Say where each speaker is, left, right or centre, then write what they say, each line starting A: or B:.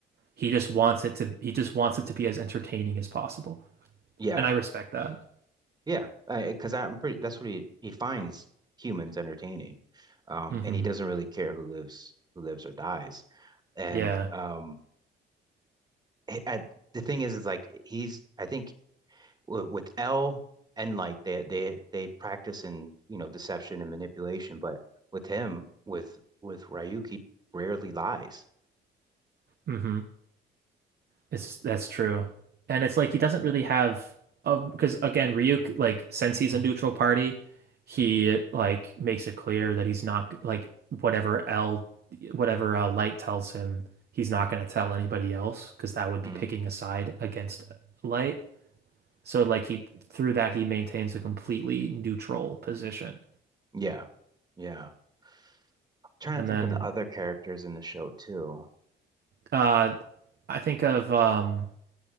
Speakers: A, on the right; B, on the right.
A: He just wants it to he just wants it to be as entertaining as possible.
B: Yeah.
A: And I respect that.
B: Yeah, because I'm pretty. That's what he he finds humans entertaining, um,
A: hmm
B: and he doesn't really care who lives who lives or dies. And
A: Yeah.
B: um, I, I- the thing is, is like he's. I think w- with L and Light, they they they practice in you know deception and manipulation, but with him, with with Ryuk, he rarely lies.
A: Mm-hmm. It's that's true. And it's like he doesn't really have a because again, Ryuk like since he's a neutral party, he like makes it clear that he's not like whatever L whatever uh, Light tells him, he's not going to tell anybody else because that would be
B: Mhm.
A: picking a side against Light. So like he through that he maintains a completely neutral position.
B: Yeah, yeah. I'm trying
A: And
B: to think
A: then
B: of the other characters in the show too.
A: uh I think of um